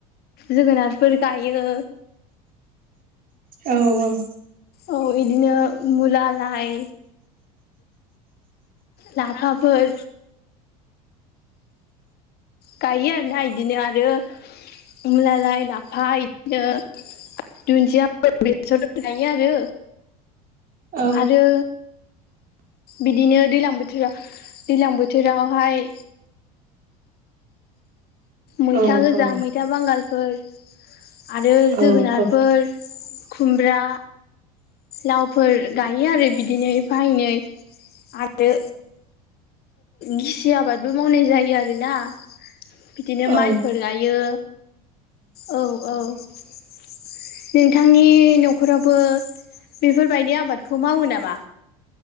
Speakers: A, on the left; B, on the right.
A: जोगोनारफोर गायो।
B: औ औ
A: औ बिदिनो मुला लाय लाफाफोर गायो आरोना इदिनो आरो मुला लाय लाफा इदिनो दुनदिया <unintelligible> बेसर गायो आरो
B: औ
A: आरो बिदिनो दैलां बोथोराव दैलां बो थोरावहाय मैथा
B: औ
A: गोजा मैथा बांगालफोर आरो
B: औ
A: जोगोनारफोर खुमब्रा लाव फोर गायो आरो बिदिनो एफा एनै आरो गिसि आबादबो मावनाय जायो आरोना बिदिनो
B: औ
A: माइफोर गायो। औ औ नोंथांनि न'खरावबो बेफोरबायदि आबादखौ मावो नामा?